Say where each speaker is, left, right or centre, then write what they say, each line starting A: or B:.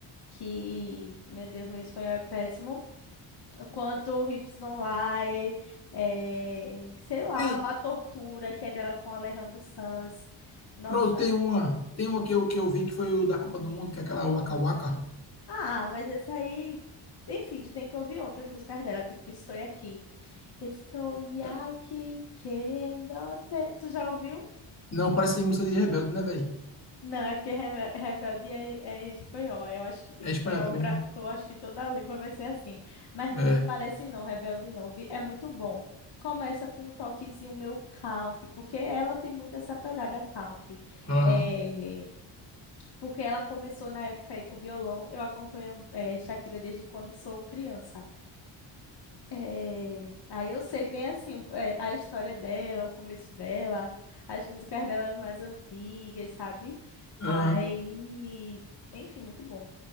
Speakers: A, on the left; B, on the left.
A: que, meu Deus, meu espanhol é péssimo. Quanto o Hips Don't Lie, é, sei lá,
B: Tem,
A: La Tortura, que é dela com Alejandro Sanz. Nossa.
B: pronto, tem uma. Tem uma que eu, que eu vi que foi o da Copa do Mundo, que é aquela Waka Waka.
A: Ah, mas esse aí. Enfim, tu tem que ouvir outras músicas dela, tipo Estou Aqui. Estou aqui querendo te. Tu já ouviu?
B: Não, parece música de Rebelde, né, velho?
A: Não, é porque rebe- rebelde é, é espanhol. Eu acho que espanhol
B: É espanhol também,
A: para
B: né?
A: tu, acho que toda a língua vai ser assim. Mas não
B: É.
A: parece não, rebelde não. vi- É muito bom. Começa com um toquezinho meu country, porque ela tem muito essa pegada country.
B: Aham.
A: É, porque ela começou na época aí com violão. Eu acompanho é, Shakira desde quando sou criança. É, aí eu sei bem assim um, é, a história dela, o começo dela, as músicas dela mais antigas, sabe?
B: Aham.
A: Aí, enfim, muito bom.